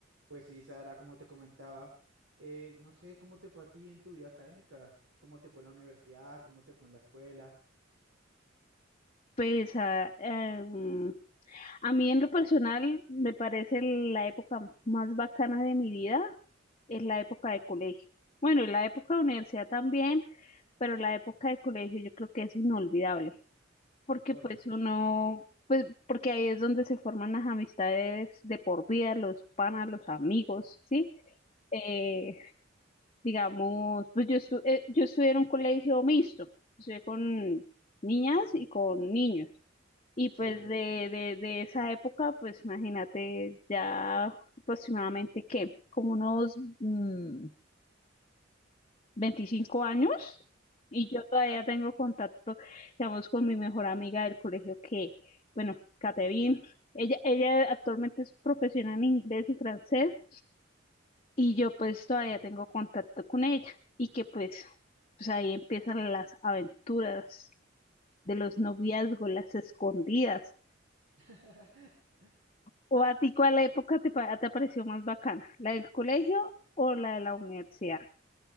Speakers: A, on the right; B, on the left.
A: Pues sí, Sara, como te comentaba, eh, no sé cómo te fue a ti en tu vida académica, cómo te fue en la universidad, cómo te fue en la escuela,
B: Pues a, em, a mí en lo personal me parece la época más bacana de mi vida es la época de colegio. Bueno, y la época de universidad también, pero la época de colegio yo creo que es inolvidable, porque
A: porque
B: pues uno, pues porque ahí es donde se forman las amistades de por vida, los panas, los amigos, ¿sí? Eh, digamos, pues yo, estu- eh, yo estudié en un colegio mixto, estudié con niñas y con niños. Y
A: sí,
B: pues de, de, de esa época, pues imagínate ya aproximadamente que como unos mm, 25 años y yo todavía tengo contacto, digamos, con mi mejor amiga del colegio que, bueno, Catherine, ella, ella actualmente es profesional en inglés y francés y yo pues
A: ok.
B: todavía tengo contacto con ella y que pues, pues ahí empiezan las aventuras de los noviazgos, las escondidas.
A: <laughs>
B: ¿O a ti cuál época te, pa- te pareció más bacana? ¿La del colegio o la de la universidad?